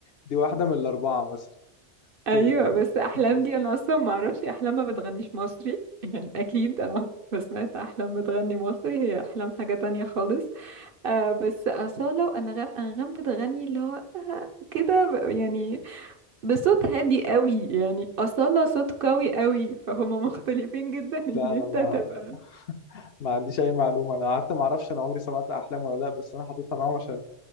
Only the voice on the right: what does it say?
ايوه
بس احلام
دي انا اصلا ما اعرفش احلام ما بتغنيش مصري يعني اكيد انا <laughs> عمري ما سمعت احلام بتغني مصري هي احلام حاجة تانية خالص آه بس أصالة وأنغام أنغام بتغني اللي هو آه كده ب- يعني بصوت هادي قوي يعني أصالة صوت قوي قوي فهما مختلفين جدا <laughs> ان
انت
تبقى <laughs>